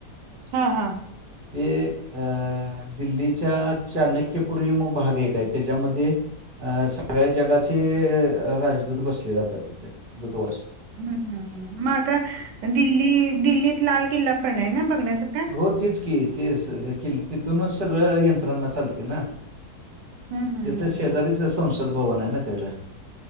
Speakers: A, on the right; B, on the right.
A: हा हा!
B: ते अं दिल्लीच्या चाणक्यपूरी म भाग एक आहे. त्याच्यामदे अं सगळ्या जगात चे राजदूत बसले जातात तिथे दूतवास.
A: हूं हूं, मग आता, दिल्ली दिल्लीत लाल किल्ला पण आहे ना बघण्यासारखा?
B: हो तेच की, ते किला. तिथूनच सगळं यंत्रना चालती ना?
A: हम्म हम्म
B: तिथं
A: हम्म
B: शेजारीच
A: हम्म
B: संसद भवन आहे ना. तेला.